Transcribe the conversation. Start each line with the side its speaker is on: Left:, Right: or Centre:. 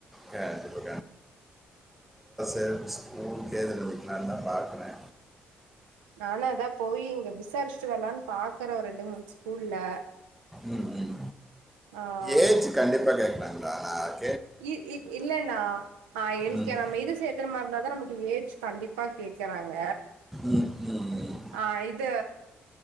Centre: கண்டிப்பா <unintelligible> ஸ்கூல் <unintelligible> பாக்குனே
Right: நானா அதா போய் இங்க விசாரிச்சுட்டு வரலான்னு பாக்குற ரெண்டு மூணு ஸ்கூல்லல
Centre: ம் ம்
Right: ஆஹ்
Centre: ஏஜ் கண்டிப்பாக கேட்கலாங்கள ஆனால்
Right: இ இ இல்லண்ணா ஆஹ் எல்க
Centre: ம்
Right: நம்ம இது சேத்துற மாரிந்தாதா நம ஏஜ் கண்டிப்பா கேக்குறாங்க
Centre: ம் ம் ம்.
Right: ஆஹ் இது